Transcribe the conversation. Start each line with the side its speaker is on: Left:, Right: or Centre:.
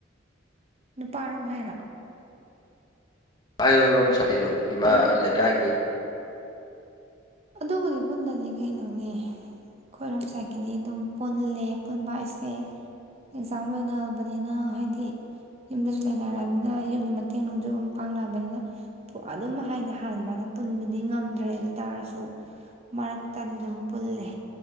Right: ꯅꯨꯄꯥꯔꯣꯝ ꯍꯥꯏꯔ
Left: ꯍꯥꯏ ꯔꯣꯝꯁ ꯀꯗꯣ ꯏꯃꯥ
Right: ꯀꯔꯤ
Left: ꯂꯩꯀꯥꯏꯒꯤ
Right: ꯑꯗꯨꯕꯨꯗꯤ ꯄꯨꯟꯗꯗꯤ ꯀꯩꯅꯣꯅꯦ ꯈꯣꯏꯔꯣꯝ ꯁꯥꯏꯠꯀꯤꯗꯤ ꯑꯗꯨꯝ ꯄꯨꯜꯂꯦ ꯄꯨꯟꯕ ꯍꯥꯏꯁꯦ ꯑꯦꯛꯖꯥꯝ ꯂꯣꯏꯔꯕꯅꯤꯅ ꯍꯥꯏꯗꯤ ꯌꯨꯝꯗꯁꯨ ꯂꯩꯅꯔꯕꯅꯤꯅ ꯌꯨꯝꯒꯤ ꯃꯇꯦꯡ ꯅꯨꯡꯖꯨ ꯑꯗꯨꯝ ꯄꯥꯡꯅꯕꯅꯤꯅ ꯑꯗꯨꯝ ꯍꯥꯏꯗꯤ ꯍꯥꯟꯅ ꯑꯗꯨꯃꯥꯏꯅ ꯄꯨꯟꯕꯗꯤ ꯉꯝꯗ꯭ꯔꯦ ꯑꯗꯨꯏ ꯇꯥꯔꯁꯨ ꯗꯨ ꯃꯔꯛꯇꯗꯤ ꯑꯗꯨꯝ ꯄꯨꯜꯂꯦ